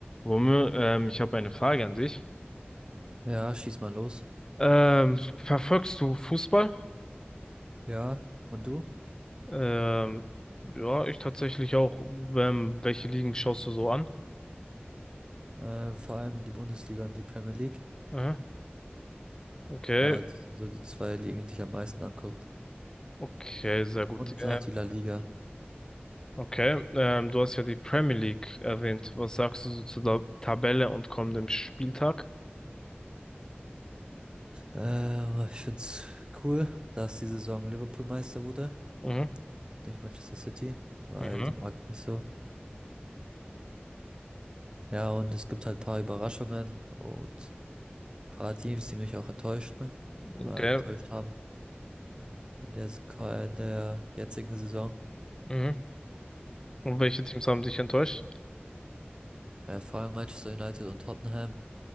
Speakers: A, on the left (about 20°); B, on the right (about 25°).
A: Romeo, ähm, ich habe eine Frage an dich.
B: Ja, schieß mal los.
A: Ähm, verfolgst du Fußball?
B: Ja, und du?
A: Ähm, ja, ich tatsächlich auch. Ähm, welche Ligen schaust du so an?
B: Ähm, vor allem die Bundesliga und die Premier League.
A: Aha, okay,
B: Ja, das sind so die zwei Ligen, die ich am meisten angucke.
A: okay, sehr gut.
B: Und
A: Äh,
B: noch die La Liga.
A: okay, ähm, du hast ja die Premier League erwähnt. Was sagst du so zu der Tabelle und kommendem Spieltag?
B: Ähm, ich find's cool, dass die Saison Liverpool Meister wurde,
A: Mhm,
B: nicht Manchester City, weil
A: mhm,
B: die mag ich nicht so. Ja, und es gibt halt paar Überraschungen und paar Teams, die mich auch enttäuscht, ne?
A: okay,
B: Oder enttäuscht haben in der, in der jetzigen Saison.
A: mhm. Und welche Teams haben dich enttäuscht?
B: Äh, vor allem Manchester United und Tottenham.